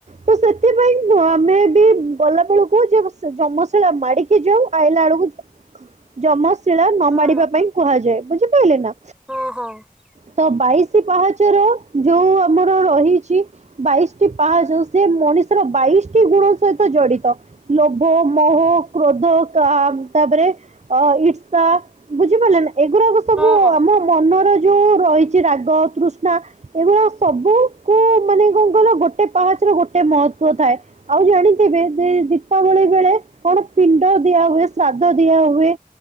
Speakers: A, on the right; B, in the centre.
A: ତ ସେଥିପାଇଁ ନ ତମେ ବି ଗଲା ବେଳକୁ ଯେବସ ଯମଶିଳା ମାଡିକି ଯାଉ ଆଇଲା ବେଳକୁ। ଜମ ଶିଳା ନ
B: ହଁ
A: ମାଡିବା ପାଇଁ କୁହାଯାଏ ବୁଝିପାରିଲେ ନା
B: ହଁ ହଁ
A: ତ ବାଇଶି ପାହା ଚର ଯୋଉ ଆମର ରହିଛି ବାଇଶ ଟି ପାହାଚ ସେ ମଣିଷର ବାଇଶୀଟି ଗୁ ଣ ସହିତ ଜଡିତ ଲୋଭ ମୋହ କ୍ରୋଧ କା ତାପରେ ଆ ଇ ଷା ବୁଝିପାରିଲେ ନା ଏଗୁରାକ ସବୁ
B: ହଁ ହଁ
A: ଆମ ମନର ଯୋଉ ରହିଛି ରାଗ ତୃ ନା ଏଗୁରାକ ସବୁକୁ ମାନେ କଣ କହିଲ ଗୋଟେ ପାହାଚ ର ଗୋଟେ ମହତ୍ୱ ଥାଏ ଆଉ ଜାଣିଥିବେ ଯେ ଦୀପାବଳି ବେଳେ କଣ ପିଣ୍ଡ ଦିଆ ହୁଏ ଶ୍ରାଦ୍ଧ ଦିଆ ହୁଏ।